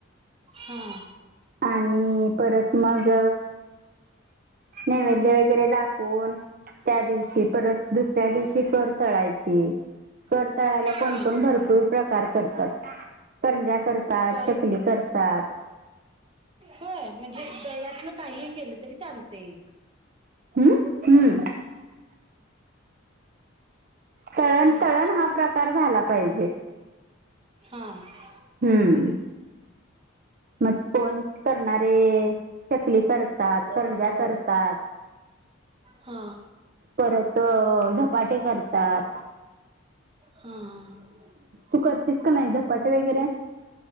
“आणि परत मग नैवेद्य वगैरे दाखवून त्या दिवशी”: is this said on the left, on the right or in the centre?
Right